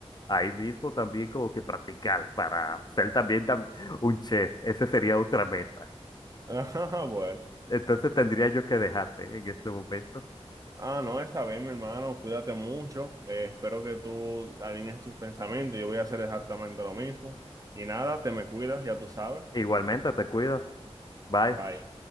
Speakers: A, on the left; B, on the right.
A: ahí mismo también como que practicar para ser también tam- un chef. Ese sería otra meta.
B: <laughs> Ajá, bueno.
A: Entonces tendría yo que dejarte en este momento.
B: Ah, no, está bien, mi hermano. Cuídate mucho. Eh, espero que tú alinees tus pensamientos. Yo voy a hacer exactamente lo mismo. Y nada, te me cuidas, ya tú sabes.
A: Igualmente, te cuidas. Bye.
B: Bye.